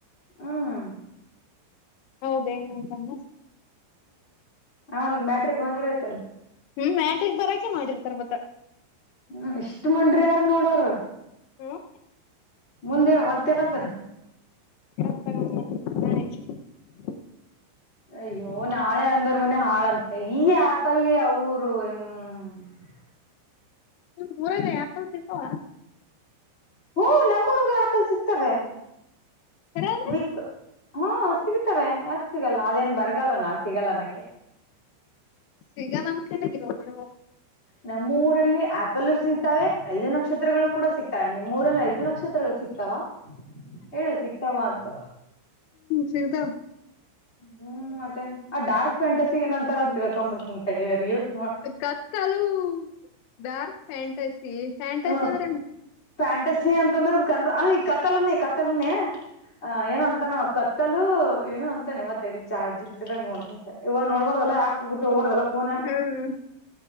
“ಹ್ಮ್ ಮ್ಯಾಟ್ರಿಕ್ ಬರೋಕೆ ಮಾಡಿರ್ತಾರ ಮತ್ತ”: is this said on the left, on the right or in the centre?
Left